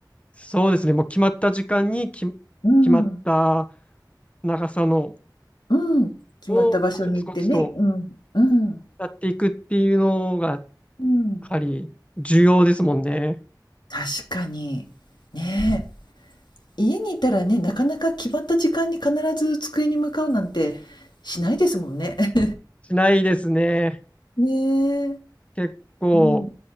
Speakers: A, on the left; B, on the left.
A: そうですね。もう決まった時間にき、
B: うん。
A: 決まった長さの
B: うん。決まった場所に行ってね。
A: をコツコツと
B: うん。うん。
A: やっていくっていうのが、
B: うん。
A: ぱり重要ですもんね。
B: 確かに。ねえ。家にいたらね、なかなか決まった時間に必ず机に向かうなんてしないですもんね。<laughs>
A: しないですね。
B: ねえ。
A: 結構、
B: うん。